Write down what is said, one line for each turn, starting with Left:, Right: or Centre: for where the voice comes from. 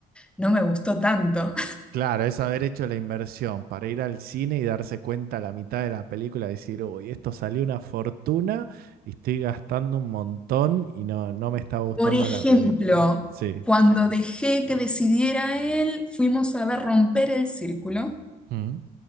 Centre: no me gustó tanto.
Right: Claro, es haber hecho la inversión para ir al cine y darse cuenta a la mitad de la película, decir, uy, esto salió una fortuna y estoy gastando un montón y no, no me está gustando
Centre: Por ejemplo,
Right: la película. Sí.
Centre: cuando dejé que decidiera él, fuimos a ver Romper el Círculo,
Right: Mm.